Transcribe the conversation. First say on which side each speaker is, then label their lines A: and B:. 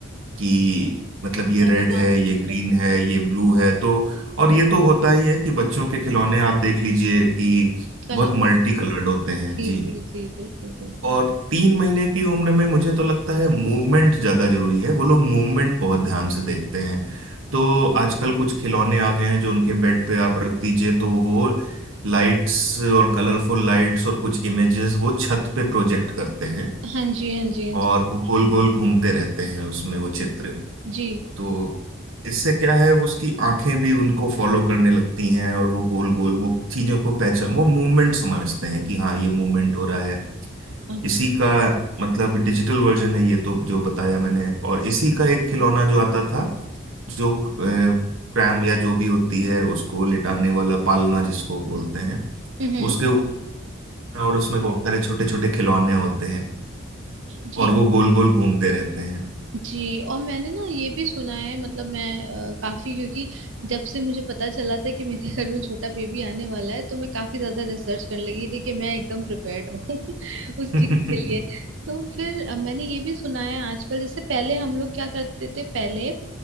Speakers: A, on the right; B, on the right.
A: कि मतलब ये
B: पहचान
A: रेड है ये
B: हो
A: ग्रीन
B: जाएगी।
A: है ये ब्लू है तो और ये तो होता ही है कि बच्चों के खिलौने आप देख लीजिए कि
B: कलर
A: बहुत मल्टी कलर्ड होते हैं
B: जी
A: जी
B: जी जी बिल्कुल बिल्कुल
A: और तीन महीने की उम्र में मुझे तो लगता है मूवमेंट ज्यादा जरूरी है वो लोग मूवमेंट बहुत ध्यान से देखते हैं तो आजकल कुछ खिलौने आ गए हैं जो उनके बेड पे आप रख दीजिए तो वो लाइट्स और कलरफुल लाइट्स और कुछ इमेजेस वो छत पे प्रोजेक्ट करते हैं
B: हाँ जी हाँ जी हाँ
A: और वो
B: जी
A: गोल गोल घूमते रहते हैं उसमें वो चित्र
B: जी
A: तो इससे क्या है वो उसकी आंखें भी उनको फॉलो करने लगती हैं और वो गोल गोल वो चीजों को पहचान वो मूवमेंट समझते हैं कि हाँ ये मूवमेंट हो रहा है
B: अच्छा
A: इसी का मतलब डिजिटल वर्जन है ये तो जो बताया मैंने और इसी का एक खिलौना जो आता था जो क्रैम या जो भी होती है उसको लिटाने वाला पालना जिसको बोलते हैं
B: हम्म
A: उसके ऊपर और उसमें बहुत सारे छोटे छोटे खिलौने होते हैं
B: जी
A: और वो गोल गोल घूमते रहते हैं
B: जी और मैंने ना ये भी सुना है मतलब मैं अ, काफी क्योंकि जब से मुझे पता चला था कि मेरे घर में छोटा बेबी आने वाला है तो मैं काफी ज्यादा रिसर्च करने लगी थी कि मैं एकदम प्रिपेयर्ड रहूं <laughs> उस
A: <laughs> हम्म
B: चीज के लिए तो फिर अ, मैंने ये भी सुना है आजकल जैसे पहले हम लोग क्या करते थे पहले